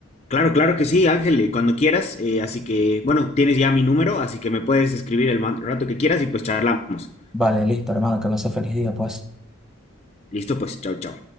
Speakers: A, on the left; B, in the centre.
A: claro, claro que sí, Ángel, y cuando quieras, eh, así que, bueno, tienes ya mi número, así que me puedes escribir el man- rato que quieras y pues charlamos.
B: vale, listo, hermano, que me hace feliz día, pues.
A: Listo, pues, chao, chao.